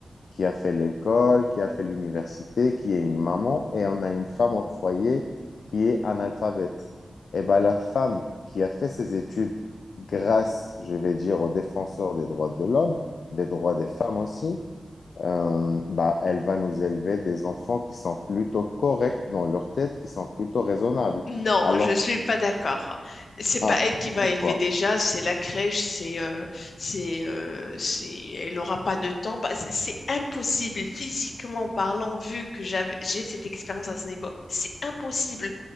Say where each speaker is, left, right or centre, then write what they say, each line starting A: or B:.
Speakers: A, on the left; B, on the left.
A: qui a fait l'école, qui a fait l'université, qui est une maman, et on a une femme au foyer qui est analphabète. Eh bien, la femme qui a fait ses études grâce, je vais dire, aux défenseurs des droits de l'homme, des droits des femmes aussi, euh, bah, elle va nous élever des enfants qui sont plutôt corrects dans leur tête, qui sont plutôt raisonnables.
B: Non,
A: Alors,
B: je suis pas d'accord. C'est
A: ah,
B: pas elle qui va
A: pourquoi?
B: élever déjà, c'est la crèche, c'est euh, c'est euh, c'est elle aura pas de temps. Bah, c'est c'est impossible physiquement parlant vu que j'avais j'ai cette expérience à ce niveau. C'est impossible